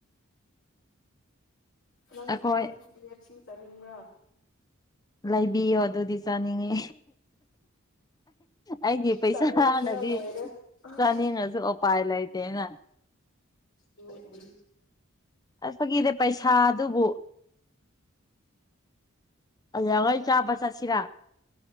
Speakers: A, on the left (about 60°); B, on the left (about 20°).
A: ꯅꯪ
B: ꯑꯩꯈꯣꯏ
A: ꯅꯪ ꯐꯤ ꯇꯤꯠ ꯁꯤ ꯆꯥꯅꯤꯡꯕ꯭ꯔꯥ
B: ꯂꯕꯤꯌꯣ ꯑꯗꯨꯗꯤ ꯆꯥꯅꯤꯡꯉꯦ ꯑꯩꯒꯤ ꯄꯩꯁꯥꯅꯗꯤ
A: ꯆꯥꯅꯤꯡꯕꯅ ꯂꯣꯏꯔꯦ ꯍꯣꯏ
B: ꯆꯥꯅꯤꯡꯉꯁꯨ ꯎꯄꯥꯏ ꯂꯩꯇꯦꯅ
A: ꯑꯣ ꯎ
B: ꯑꯁ ꯐꯒꯤꯗꯤ ꯄꯩꯁꯥ ꯑꯗꯨꯕꯨ ꯉꯣꯏ ꯆꯥꯕ ꯆꯁꯤꯔꯥ